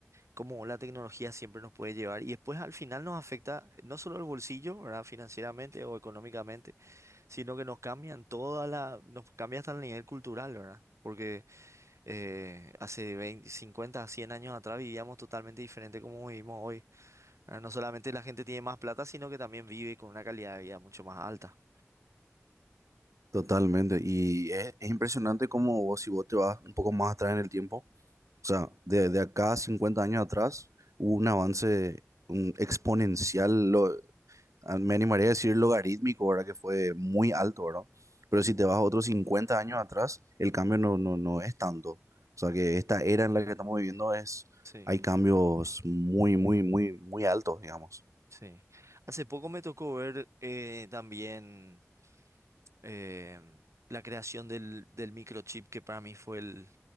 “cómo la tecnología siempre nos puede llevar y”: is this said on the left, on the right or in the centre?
Right